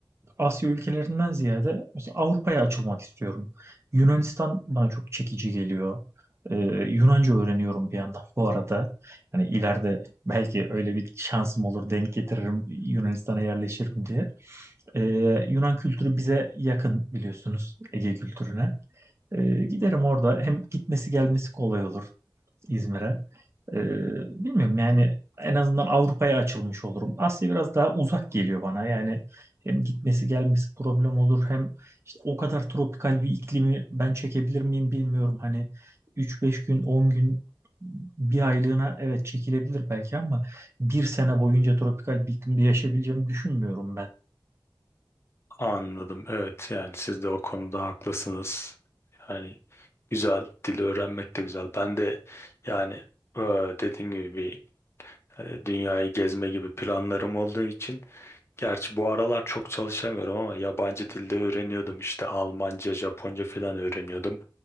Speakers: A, on the right; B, on the left.
A: Asya ülkelerinden ziyade mesela Avrupa'ya açılmak istiyorum. Yunanistan bana çok çekici geliyor. Ee, Yunanca öğreniyorum bir yandan bu arada. Hani ileride Belki öyle bir şansım olur, denk getiririm, Yunanistan'a yerleşirim diye. Ee, Yunan kültürü bize yakın biliyorsunuz Ege kültürüne. Ee, giderim orada hem gitmesi gelmesi kolay olur. İzmir'e. Ee, bilmiyorum yani en azından Avrupa'ya açılmış olurum. Asya biraz daha uzak geliyor bana. Yani hem gitmesi gelmesi problem olur hem işte o kadar tropikal bir iklimi ben çekebilir miyim bilmiyorum. Hani 3-5 gün 10 gün bir aylığına evet çekilebilir belki ama bir sene boyunca tropikal bir iklimde yaşayabileceğimi düşünmüyorum ben.
B: Anladım. Evet yani siz de o konuda haklısınız. Yani güzel dili öğrenmek de güzel. Ben de yani e, dediğim gibi bir e, dünyayı gezme gibi planlarım olduğu için Gerçi bu aralar çok çalışamıyorum ama yabancı dilde öğreniyordum işte Almanca, Japonca falan öğreniyordum.